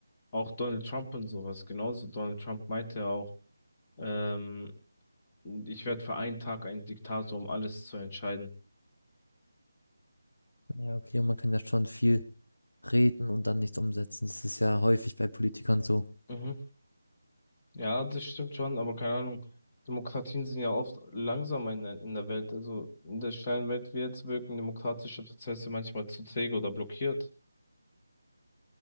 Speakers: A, on the left; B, on the left.
A: Auch Donald Trump und sowas genauso. Donald Trump meinte ja auch, ähm, ich werde für einen Tag ein Diktator, um alles zu entscheiden.
B: Ja, okay, man kann ja schon viel reden und dann nichts umsetzen. Das ist ja häufig bei Politikern so.
A: Mhm. Ja, das stimmt schon, aber keine Ahnung. Demokratien sind ja oft langsamer in der, in der Welt. Also in der schnellen Welt wie jetzt wirken demokratische Prozesse manchmal zu träge oder blockiert.